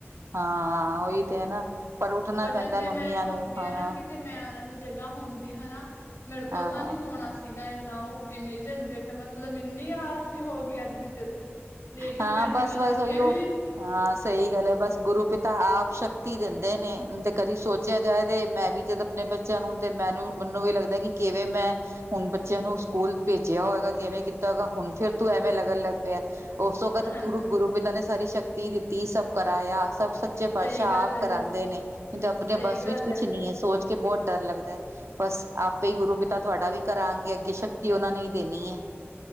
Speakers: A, on the right; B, on the left.
A: ਹਾਂ, ਉਹੀ ਤੇ ਹੈ ਨਾ ਪਰ ਉੱਠਨੇ
B: ਬਟ
A: ਪੈਂਦਾ
B: ਜੇ
A: ਮੰਮੀਆਂ
B: ਮੈਂ ਸੋਚਦੀ
A: ਨੂੰ, ਹਾਂ।
B: ਨਾ ਕਿ ਜੇ ਮੈਂ ਉਹਨਾਂ ਦੀ ਜਗ੍ਹਾ ਹੁੰਦੀ ਹਨਾ ਮੇਰੇ
A: ਹਾਂ
B: ਤੋਂ ਤਾਂ ਨੀ ਹੋਣਾ ਸੀਗਾ ਏਨਾ ਉਹ। ਇਨੇ ਝੰਜਟ ਮਤਲਬ ਇੰਨੀ ਆਲਸੀ ਹੋ ਗੇ ਆ ਰਿਜਕ ਨੇਸ਼ਨ
A: ਹਾਂ
B: ਮੈਨੂੰ
A: ਬਸ-ਬਸ
B: ਮਿਲਾ
A: ਉਹੀਓ
B: ਕੇ ਵੀ।
A: ਹਾਂ ਸਈ ਗੱਲ ਏ ਬਸ ਗੁਰੂ ਪਿਤਾ ਆਪ ਸ਼ਕਤੀ ਦਿੰਦੇ ਨੇ ਤੇ ਕਦੀ ਸੋਚਿਆ ਜਾਏ ਤੇ ਮੈਂ ਵੀ ਜਦੋਂ ਪਨੇ ਬੱਚਿਆਂ ਨੂੰ ਤੇ ਮੈਨੂੰ ਮਨੂੰ ਵੀ ਲੱਗਦਾ ਕਿ ਕਿਵੇਂ ਮੈਂ ਹੁਣ ਬੱਚਿਆਂ ਨੂੰ ਸਕੂਲ ਭੇਜਿਆ ਹੋਏਗਾ ਕਿਵੇਂ ਕੀਤਾ ਹੋਗਾ ਹੁਣ ਫੇਰ ਤੋਂ ਐਵੇਂ ਲੱ ਗਣ ਲਗ ਪਿਆ ਓਸ ਵਕਤ
B: ਹਾਂਜੀ
A: ਗੁਰੂ ਗੁਰੂ ਪਿਤਾ ਨੇ ਸਾਰੀ ਸ਼ਕਤੀ ਦਿੱਤੀ ਸਭ ਕਰਾਇਆ ਸਭ ਸ ਚੇ ਪਾਤਸ਼ਾਹ
B: ਸਹੀ ਗੱਲ
A: ਆਪ
B: ਹੈ
A: ਕਰਾਦੇ
B: ਜੀ
A: ਨੇ ਨੀ ਤੇ ਆਪਣੇ
B: ਸਹੀ
A: ਬੱਸ
B: ਗੱਲ
A: ਵਿੱਚ ਕੁਛ ਨੀ ਹੈ ਸੋਚ ਕੇ ਬੌਤ ਡਰ ਲੱਗਦਾ ਬਸ ਆਪੇ ਹੀ ਗੁਰੂ ਪਿਤਾ ਤੁਹਾਡਾ ਵੀ ਕਰਾਂਗੇ ਅੱਗੇ ਸ਼ੱਕ ਤੀ ਉਹਨਾ ਨੇ ਹੀ ਦੇਨੀ ਏ